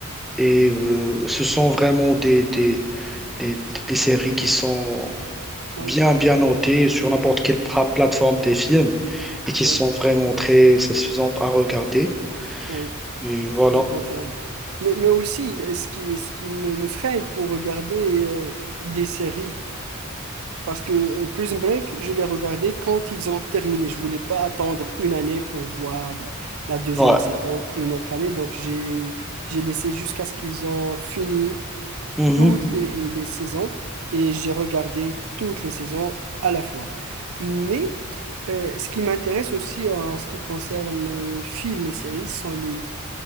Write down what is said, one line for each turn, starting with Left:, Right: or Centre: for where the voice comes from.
Centre: Et euh, ce sont vraiment des, des, des, des séries qui sont
Right: oui,
Centre: bien, bien notées sur n'importe quelle pra- plateforme des films et qui
Right: oui,
Centre: sont vraiment très satisfaisantes à regarder.
Right: oui,
Centre: Et voilà.
Right: je confirme. Mais, mais aussi, il- ce qui, ce qui me, me freine pour regarder euh, des séries, parce que euh, Prison Break, je l'ai regardé quand ils ont terminé. Je voulais pas attendre une année pour voir la deuxième
Centre: Ouais.
Right: saison et une autre année, donc j'ai, j'ai laissé jusqu'à ce qu'ils ont fini
Centre: Mhm.
Right: toutes les, les saisons et j'ai regardé toutes les saisons à la fois. Mais euh, ce qui m'intéresse aussi en ce qui concerne euh, films et séries, ce sont les,